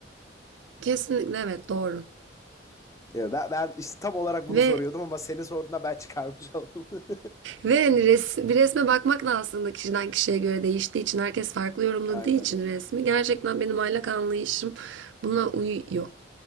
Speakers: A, on the right (about 75°); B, on the left (about 15°).
A: Kesinlikle evet doğru.
B: Ya ben, ben işte tam olarak bunu
A: Ve
B: soruyordum ama senin sorduğunda ben çıkarmış oldum. <laughs>
A: ve hani res, bir resme bakmak da aslında kişiden kişiye göre değiştiği için herkes farklı yorumladığı
B: Aynen
A: için
B: öyle.
A: resmi gerçekten benim aylak anlayışım buna uyuyor.